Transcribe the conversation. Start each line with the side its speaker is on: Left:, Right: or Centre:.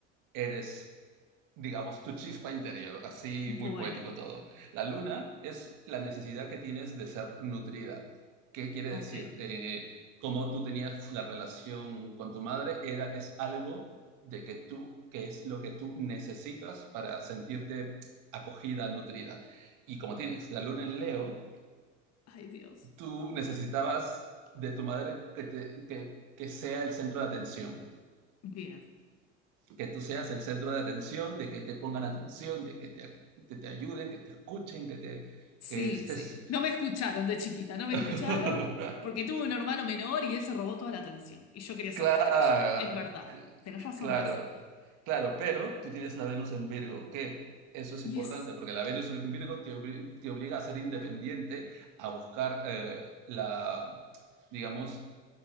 Right: eres, digamos, tu chispa interior, así
Left: Bueno,
Right: muy poético todo. La luna es la necesidad que tienes de ser nutrida. ¿Qué quiere
Left: ok.
Right: decir? Eh, como tú tenías la relación con tu madre, era, es algo de que tú, que es lo que tú necesitas para sentirte acogida, nutrida. Y como tienes la luna en Leo,
Left: Ay, Dios.
Right: tú necesitabas de tu madre que, te, que, que sea el centro de atención
Left: Bien.
Right: que tú seas el centro de atención, de que te pongan atención, de que te, te, te ayuden, que te escuchen, que, te,
Left: Sí,
Right: que estés...
Left: sí. No me escucharon de chiquita, no me
Right: <laughs>
Left: escucharon porque tuve un hermano menor y él se robó toda la atención y yo quería ser
Right: claro,
Left: la estrella. Es verdad. Tenés razón,
Right: claro,
Left: ¿ves?
Right: claro, pero tú tienes la Venus en Virgo, que eso es
Left: Y
Right: importante,
Left: es...
Right: porque la Venus en Virgo te, obli te obliga a ser independiente, a buscar eh, la, digamos,